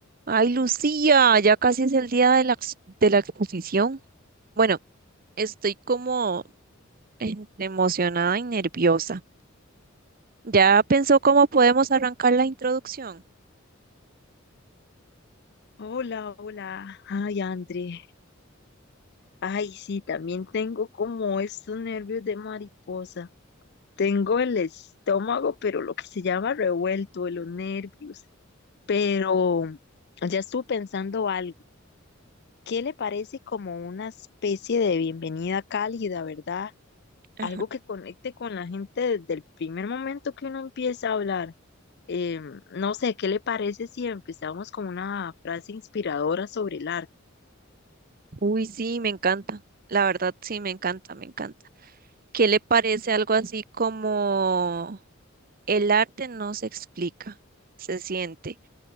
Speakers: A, on the right (about 45°); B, on the left (about 55°).
A: Ay, Lucía, ya casi es el día de la, ex- de la exposición. Bueno, estoy como entre emocionada y nerviosa. ¿Ya pensó cómo podemos arrancar la introducción?
B: Hola, hola. Ay, André. Ay, sí, también tengo como estos nervios de mariposa. Tengo el estómago, pero lo que se llama revuelto de los nervios. Pero ya estuve pensando algo. ¿Qué le parece como una especie de bienvenida cálida, verdad?
A: Ajá.
B: Algo que conecte con la gente desde el primer momento que uno empieza a hablar. Em, no sé, ¿qué le parece si empezamos con una frase inspiradora sobre el arte?
A: Uy, sí, me encanta. La verdad, sí, me encanta, me encanta. ¿Qué le parece algo así como el arte no se explica, se siente?